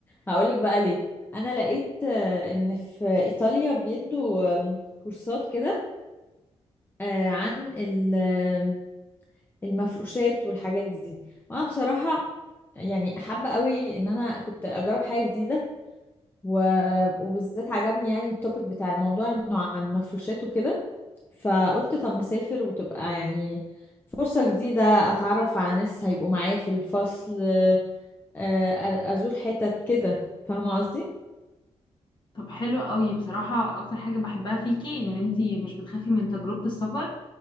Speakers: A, on the left; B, on the left.
A: هقولك بقى ليه انا لقيت آه، ان في ايطاليا بيدوا آم، كورسات كده آه، عن ال- آم، المفروشات والحاجات دي وانا بصراحه يعني حابه قوي ان انا كنت اجرب حاجه جديده و... وبالذات عجبني يعني التوبيك بتاع الموضوع انه عن مفروشات وكده فقلت طب ما اسافر وتبقى يعني فرصة جديدة اتعرف على ناس هيبقوا معايا في الفصل آه، آه، ازور حتت كده فاهمة قصدي؟
B: طب حلو قوي بصراحه اكتر حاجه بحبها فيكي ان انتي مش بتخافي من تجربه السفر